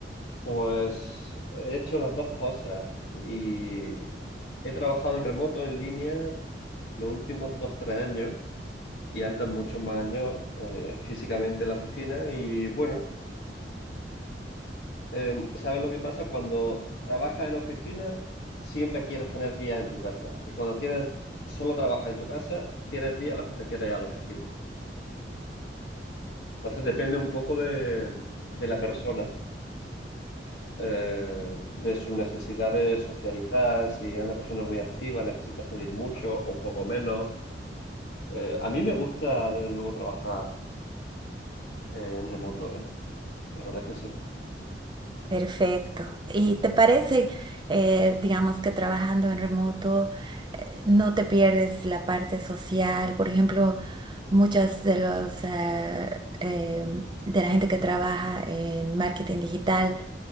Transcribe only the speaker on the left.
Pues he hecho las dos cosas y he trabajado en remoto, en línea, los últimos dos, tres años y antes muchos más años eh, físicamente en la oficina. Y bueno, eh, ¿sabes lo que pasa? Cuando trabajas en oficina, siempre quieres tener días en tu casa. Y cuando tienes, solo trabajas en tu casa, tienes días en los que te quieres ir a la oficina. Entonces depende un poco de, de la persona. eh, de su necesidad de socializar, si es una persona muy activa, necesita salir mucho o un poco menos. Eh, a mí me gusta, desde luego, trabajar eh, en remoto, ¿eh? La verdad es que sí.